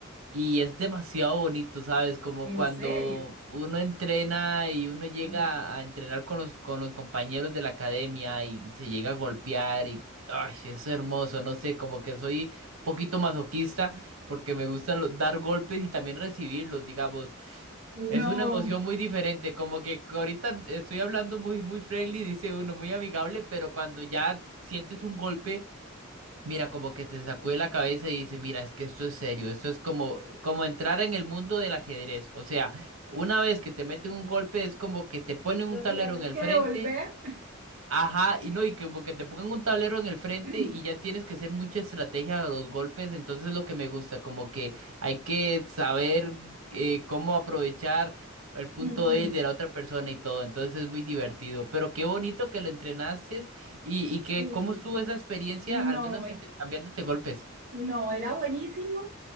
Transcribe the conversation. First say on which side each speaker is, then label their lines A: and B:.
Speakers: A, on the right (about 75°); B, on the right (about 40°).
A: Y es demasiado bonito, ¿sabes? Como
B: ¿En
A: cuando
B: serio?
A: uno entrena y uno llega
B: Mm.
A: a entrenar con los, con los compañeros de la academia y se llega a golpear y ay, es hermoso, no sé, como que soy un poquito masoquista porque me gustan lo- dar golpes y también recibirlos, digamos.
B: No,
A: Es una emoción muy diferente, como que ahorita estoy hablando muy, muy friendly, dice uno, muy amigable, pero cuando ya sientes un golpe Mira, como que te sacude la cabeza y dice, mira, es que esto es serio, esto es como, como entrar en el mundo del ajedrez. O sea, una vez que te meten un golpe es como que te ponen
B: lo
A: un tablero
B: tienes
A: en el
B: que
A: frente
B: devolver.
A: Ajá, y no, y que como que te pongan un tablero en el frente
B: <clears throat>
A: y ya tienes que hacer mucha estrategia a los golpes, entonces es lo que me gusta, como que hay que saber eh, cómo aprovechar el punto
B: Ujú.
A: débil de la otra persona y todo, entonces es muy divertido, pero qué bonito que lo entrenases y, y que
B: Sí,
A: cómo estuvo esa experiencia,
B: no.
A: al menos intercambiándote golpes.
B: No, era buenísimo,